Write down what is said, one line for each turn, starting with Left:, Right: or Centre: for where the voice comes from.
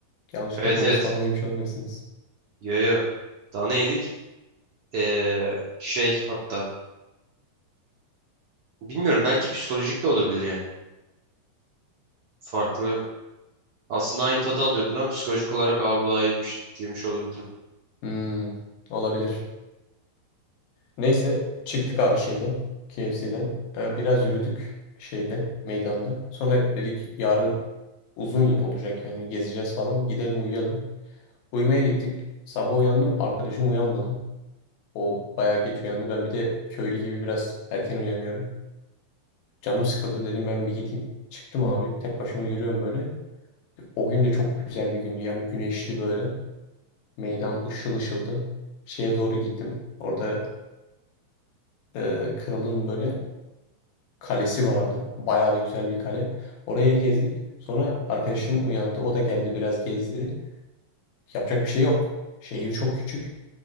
Left: Yanlışlıkla
Right: Evet
Left: domuz
Right: evet.
Left: falan yemiş olmayasınız.
Right: Yo yo. Daha ne yedik? E, şey hatta. Bilmiyorum belki psikolojik de olabilir yani. Farklı Aslında aynı tadı alıyorum ama psikolojik olarak aa bu daha iyiymiş diyemiş olabilirim.
Left: Hmm, olabilir. Neyse çıktık abi şeyden KFC'den. Ee, biraz yürüdük şeyde meydanda. Sonra dedik yarın uzun olacak yani gezeceğiz falan. Gidelim uyuyalım. Uyumaya gittik. Sabah uyandım arkadaşım uyanmadı. O bayağı geç uyandı. Ben bir de köylü gibi biraz erken uyanıyorum. Canım sıkıldı dedim ben bir gideyim. Çıktım abi tek başıma yürüyorum böyle. O gün de çok güzel bir gündü. Yani güneşli böyle. Meydan ışıl ışıldı. Şeye doğru gittim. Orada e, kralın böyle kalesi vardı. Bayağı da güzel bir kale. Oraya gezdik. Sonra arkadaşım uyandı. O da geldi biraz gezdi. Yapacak bir şey yok. Şehir çok küçük.